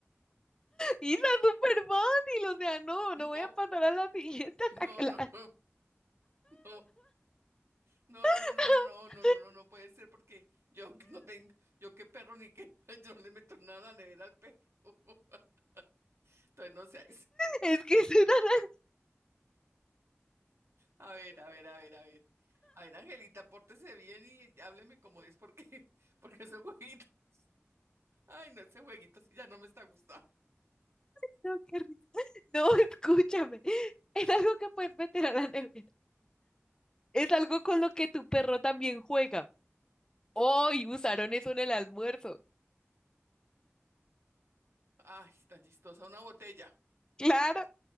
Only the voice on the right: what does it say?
<laughs>
No,
no,
no,
no. Oh, no, no,
no, no, no, no, no, no, no, no puede ser porque yo <laughs> no tengo, yo qué perro ni qué, <laughs> yo no le meto nada a la nevera al perro. <laughs> Entonces no sé,
a ver, a ver, a ver, a ver. A ver, Angelita, pórtese bien y hábleme como es porque, <laughs> porque ese jueguito, <laughs> ay, no, ese jueguito sí ya no me está gustando.
Ay, tan chistosa, una botella.